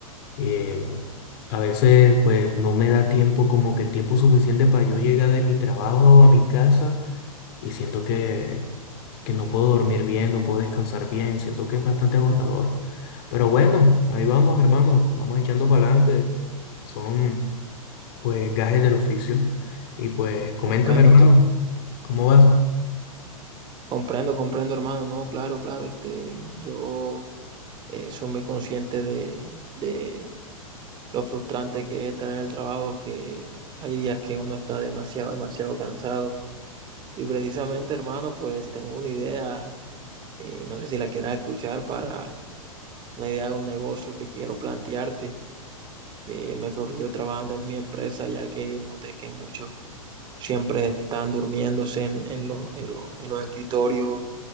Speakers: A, on the left; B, on the right.
A: eh, a veces pues no me da tiempo, como que el tiempo suficiente para yo llegar de mi trabajo a mi casa y siento que, que no puedo dormir bien, no puedo descansar bien, siento que es bastante agotador. Pero bueno, ahí vamos, hermano, vamos echando para adelante. Son pues gajes del oficio. Y pues coméntame,
B: Comprendo,
A: hermano,
B: com-
A: ¿cómo vas?
B: comprendo, comprendo, hermano. No, claro, claro. Este, yo eh, soy muy consciente de, de lo frustrante que es estar en el trabajo, que hay días que uno está demasiado, demasiado cansado. Y precisamente, hermano, pues tengo una idea, eh, no sé si la quieras escuchar, para una idea de un negocio que quiero plantearte, que me surgió trabajando en mi empresa, ya que noté que muchos siempre están durmiéndose en, en los, en los- en los escritorios,